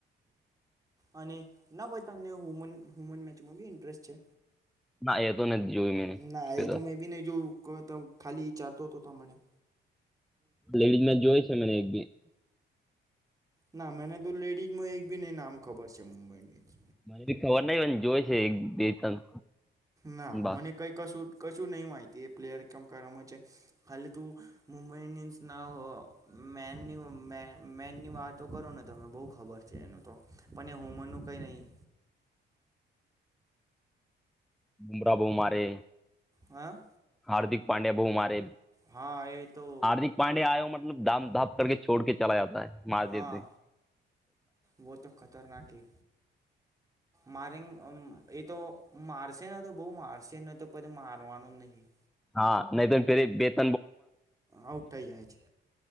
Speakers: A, on the right (about 15°); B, in the centre.
A: અને ના ભાઈ તમને મન હુમન મેચમાં બી ઇન્ટરેસ્ટ છે.
B: ના, એ તો નથી જોયું
A: ના
B: મે
A: એ
B: તો.
A: મેં બી નહીં જોયું ખાલી વિચારતો હતો મને.
B: લેડીઝ મે જોય છે, મને એક ભી
A: ના, મને તો લેડીઝમાં એક બી નહીંને નામ ખબર છે મુંબઈ ઇન્ડિયન્સ.
B: મને બી ખબર નહીં, જોય છે એક, બે, ત્રણ.
A: ના,
B: બા
A: મને કઈ કશું. કશું નહીં, માહિતી એ પ્લેયર કેમ કરવામાં છે હાલે તું મુંબઈ ઇન્ડિયન્સ ના. મેનની મેનની વાતો કરો ને, તને બહુ ખબર છે એનો. પણ એ હુમન નું કઈ નહીં.
B: બરાબર, બહુ મારે.
A: હા.
B: હાર્દિક પાંડ્યા બહુ મારે,
A: હા એ તો
B: હાર્દિક પાંડ્યા આયો મતલબ ધામ ધામ. છોડ, ચાલ જતા માર
A: હા
B: દે.
A: વો તો ખતરનાક એ મારે એ તો મારે છે. તો બહુ મારશેને, તો પણ મારવાનું જ નહીં.
B: હા, નહી તો પ બે <unintelligible>
A: આઉટ થઈ જાય છે